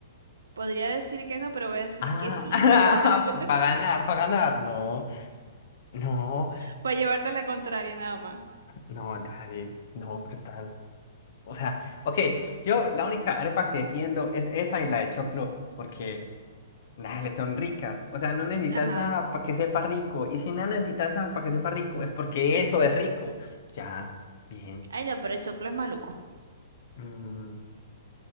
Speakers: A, on the right (about 75°); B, on the left (about 55°).
A: Podría decir que no, pero voy a decir
B: Ah,
A: que sí, para llevarte la contra-
B: <laughs> para
A: <laughs>
B: ganar, para ganar. No, no,
A: Para llevarte la contraria nada más.
B: no, dale, no, brutal. O sea, ok, yo la única arepa que defiendo es esa y la de choclo, porque... Dale, son ricas. O sea, no necesitas
A: Ajá.
B: nada para que sepa rico. Y si no necesitas nada para que sepa rico, es porque eso es rico. Ya, bien.
A: Ay, no, pero el choclo es maluco.
B: Mm,